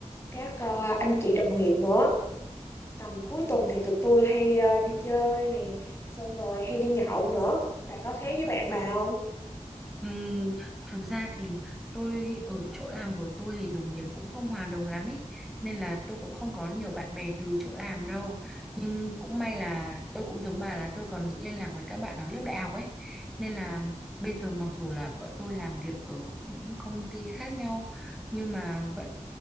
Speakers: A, on the left (about 20°); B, in the centre.
A: các ờ, anh chị đồng nghiệp nữa tầm cuối tuần thì tụi tôi hay ờ, đi chơi nè xong rồi hay đi nhậu nữa bà có thế với bạn bà không
B: Ừm, thực ra thì tôi ở chỗ làm của tôi thì đồng nghiệp cũng không hòa đồng lắm ấy nên là tôi cũng không có nhiều bạn bè từ chỗ làm đâu nhưng cũng may là tôi cũng giống bà là tôi còn giữ liên lạc với các bạn ở lớp đại học ấy nên là bây giờ mặc dù là bọn tôi làm việc ở những công ty khác nhau nhưng mà vẫn